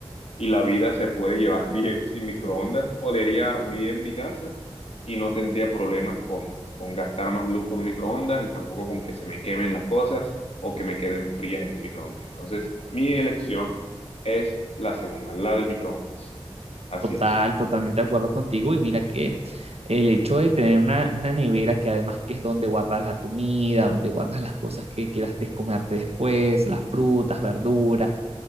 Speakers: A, on the left; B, on the right.
A: y la vida se puede llevar <laughs> bien sin microondas. Olería bien mi casa y no tendría problemas con, con gastar más luz con un microondas y tampoco con que se me quemen las cosas o que me queden frías en un microondas. Entonces, mi elección es la segunda, la del microondas. Así
B: Total,
A: es,
B: totalmente de acuerdo contigo. Y mira que el hecho de tener una, una nevera que además que es donde guardas la comida, donde guardas las cosas que quieras de- comerte después, las frutas, verduras,